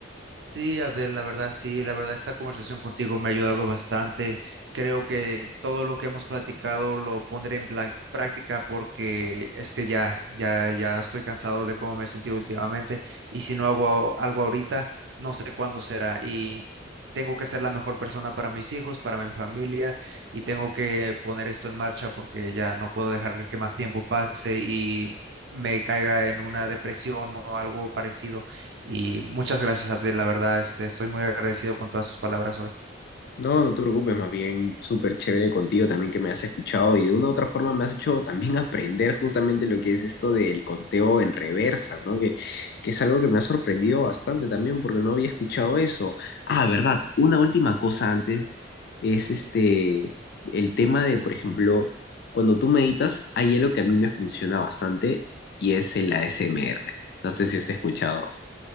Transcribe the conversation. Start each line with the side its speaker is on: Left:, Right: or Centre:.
Right: Sí, Abdel, la verdad, sí, la verdad, esta conversación contigo me ha ayudado bastante. Creo que todo lo que hemos platicado lo pondré en pla- práctica porque es que ya, ya, ya estoy cansado de cómo me he sentido últimamente y si no hago a- algo ahorita, no sé cuándo será y tengo que ser la mejor persona para mis hijos, para mi familia y tengo que poner esto en marcha porque ya no puedo dejar que más tiempo pase y me caiga en una depresión o algo parecido y muchas gracias, Abdel, la verdad, este, estoy muy agradecido con todas tus palabras hoy.
Left: No, no te preocupes, más bien súper chévere contigo también que me has escuchado y de una u otra forma me has hecho también <laughs> aprender justamente lo que es esto del conteo en reversa, ¿no? Que, que es algo que me ha sorprendido bastante también porque no había escuchado eso. Ah, verdad. Una última cosa antes es este, el tema de, por ejemplo, cuando tú meditas, hay algo que a mí me funciona bastante y es el ASMR. No sé si has escuchado.